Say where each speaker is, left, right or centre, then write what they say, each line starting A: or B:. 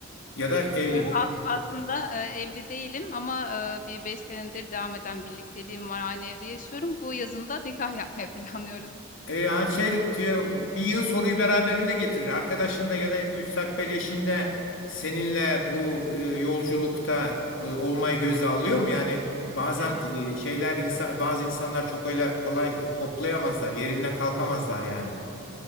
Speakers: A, on the left (about 80°); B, on the left (about 40°).
A: Ya da evli
B: Ee, a- aslında e, evli değilim ama e, bir beş senedir devam eden birlikteliğim var. Aynı evde yaşıyorum. Bu yazın da nikah yapmayı <laughs> planlıyoruz.
A: E yani şey diyor, bir yığın soruyu beraberinde getirir. Arkadaşında ya da müstakbel eşinde seninle bu e, yolculukta e, olmayı göze alıyor mu? Yani bazen
B: Evet.
A: e, şeyler insan bazı insanlar çok öyle kolay hoplayamazlar, yerinden kalkamazlar yani.